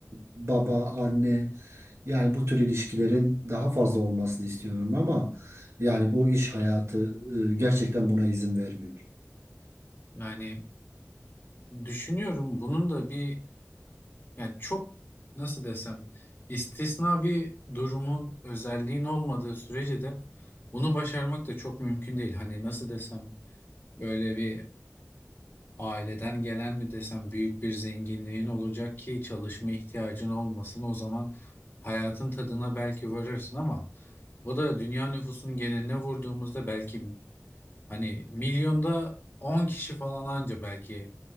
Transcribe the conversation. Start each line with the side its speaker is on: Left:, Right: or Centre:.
Right: baba, anne yani bu tür ilişkilerin daha fazla olmasını istiyorum ama yani bu iş hayatı e, gerçekten buna izin vermiyor.
Left: Yani düşünüyorum bunun da bir yani çok nasıl desem istisna bir durumun özelliğin olmadığı sürece de bunu başarmak da çok mümkün değil. Hani nasıl desem böyle bir Aileden gelen mi desem büyük bir zenginliğin olacak ki çalışma ihtiyacın olmasın. O zaman hayatın tadına belki varırsın ama bu da dünya nüfusunun geneline vurduğumuzda belki hani milyonda 10 kişi falan anca belki